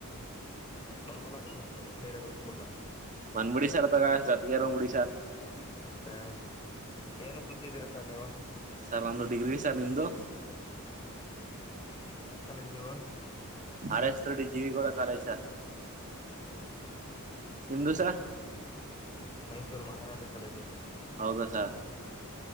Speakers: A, on the left; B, on the right.
A: ಬ ಕೊಡ್ ನೀ ಸೇ ಬಡಲ
B: ಮಂದಬಿಡಿ ಸಾರ್ ಅದಗ ಜತ್ಗೆಾರೋಗ್ ಬಿಡಿ ಸಾರ್
A: ಹಾ ಏನ್ ಅಂತಿದ್ದೀರಾ ಸರ್ ನೀವು
B: ಸರ್ ನಮ್ದು ಡಿಗ್ರಿ ಸರ್ ನಿಮ್ದು
A: ಡಿಗ್ರಿ ಯಾವ ಕಾಲೇಜ ನೀವ
B: ಅರೆಷ್ಟ ತೋಡಿ ಜೀವಿ ಕೂಡ ಕಾಲಸ
A: ಓಕೆ
B: ನಿಮ್ದುಸ
A: ಮಾರಾಜ ಕಲೆಜು
B: ಹೌದಸ